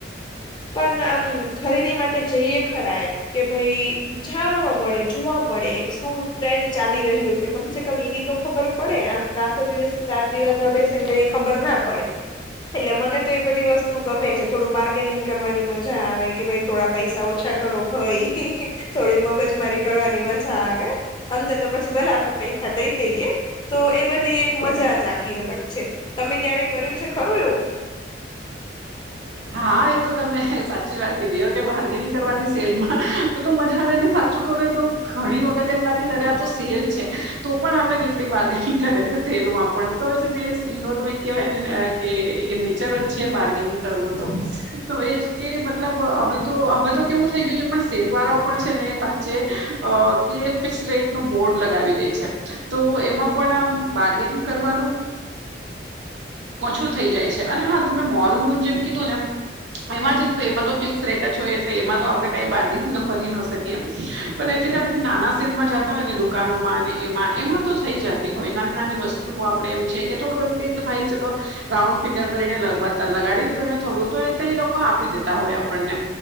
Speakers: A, on the left; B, on the right.
A: પણ આમ ખરીદી માટે જઈએ ખરા એમ કે ભાઈ જાણવા મળે જોવા મળે શું ટ્રેન્ડ ચાલી રહ્યો છે કમસે કમ એ બી તો ખબર પડે આમ આખો દિવસ ચાર દિવાલમાં બે ખબર ના પડે એટલે મને તો એ બધી વસ્તુ ગમે છે થોડું બાર્ગેનિંગ કરવાની મજા આવે કે ભાઈ થોડા પૈસા ઓછા કરો ભાઈ થોડી મગજ મારી કરવાની મજા આવે અે તો પછી ભલા આપડે પૈસા દઈ દઈએ તો એ બધી એક મજા જ આખી અલગ છે તમે ક્યારેય કર્યું છે ખરું એવું
B: હા એ તો તમે સાચી વાત ક દ કે બાર્ગેનિંગ કરવાની સેલમાં બધું મજા આવે ને સાચ કરે તો ઘણી વખત એમ લાગે અ આ તો સેલ છે તો પણ આપડણે કેટલી બારગેનિંગ કરે છે સેલમાં પણ તો જ ને સ્ત્રીઓનું એક કેહેવાય ને કે નેચર જ છે બાર્ગેનિંગ કરવું તો તો એ જ કે મતલબ અમે તો અમે તો કેવું થઈ ગયું છે પણ સેલ વાળાઓ પણ છે ને જે કે ફિક્સ રેટ નો બોર્ડ લગાવી દે છે તો એમાં પણ આમ બારગેનિંગ કરવાનું ઓછું થઇ જાય છે અને હા તમે મોલ ન લોન જેમ કીધું નેમ એમાં છેને તો એમાં તો ફિક્સ રેટ જ હોય એટલે એમાં તો આપણે કઈ બાર્ગેનિંગ તો કરી ન શકીએ એમ પણ એટલે તો આપેધ નાના સેલમાં જતા હોય ને દુકાનોમાં ને એમાં એમાં તો થઈ જ હોય નાની નાની વસ્તુઓ આપડ એમ છે કે થોડું એમ કટ ભાઈ ચલો રાઉન્ડ ફિગર કરીને લગ લગાડી દુંને થોડું તો એટલે એ લોકો આપી દેતા હોય આપણને